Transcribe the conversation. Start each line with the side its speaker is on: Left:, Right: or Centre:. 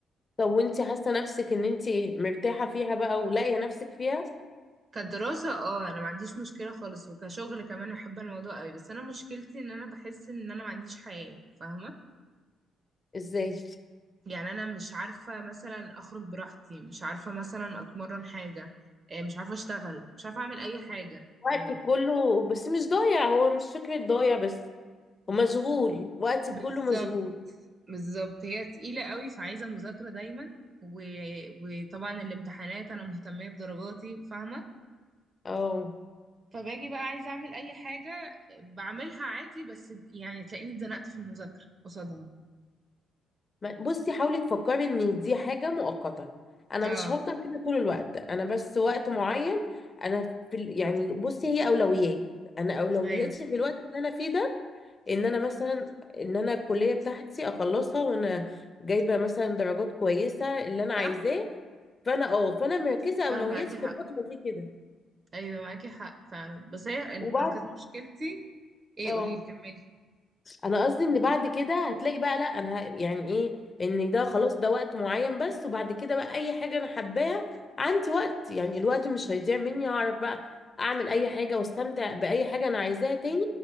Left: طب وانت حاسة نفسك ان انت مرتاحة فيها بقى ولاقية نفسك فيها
Right: كدراسة اه أنا ما عنديش مشكلة خالص وكشغل كمان أحب الموضوع قوي بس أنا مشكلتي إن أنا بحس إن أنا ما عنديش حياة فاهمة
Left: ازاي؟
Right: يعني أنا مش عارفة مثلا أخرج براحتي مش عارفة مثلا أتمرن حاجة آه، مش عارفة أشتغل مش عارفة أعمل أي حاجة
Left: وقتي
Right: يعني
Left: كله بس مش ضايع هو مش فكرة ضايع بس ومشغول وقتي
Right: بالظبط
Left: كله مشغول
Right: بالظبط هي تقيلة قوي فعايزة مذاكرة دايما و... وطبعا الامتحانات أنا مهتمية بدرجاتي فاهمة
Left: اه
Right: فباجي بقى عايزة أعمل أي حاجة بعملها عادي بس يعني تلاقيني اتزنقت في المذاكرة قصادها
Left: ما- بصي حاولي تفكري ان دي حاجة مؤقتة انا
Right: اه
Left: مش هفضل كده طول الوقت انا بس وقت معين انا في ال... يعني بصي هي اولويات انا اولوياتي
Right: أيوه
Left: في الوقت اللي انا فيه ده ان انا مثلا ان انا الكلية بتاعتي اخلصها وانا جايبة مثلا درجات كويسة اللي انا عايزاه
Right: صح
Left: فانا اه فانا مركزة اولوياتي
Right: صح معاكي
Left: في
Right: حق
Left: الفترة دي كده
Right: أيوه معاكي حق فعلا بس هي أنا
Left: وبعد
Right: كانت مشكلتي ايه
Left: اه
Right: قوليلي كملي
Left: انا قصدي ان بعد كده هتلاقي بقى لا انا ه... يعني ايه ان ده خلاص ده وقت معين بس وبعد كده بقى اي حاجه انا حباها عندي وقت يعني الوقت مش هيضيع مني هعرف بقى اعمل اي حاجه واستمتع باي حاجه انا عايزاها تاني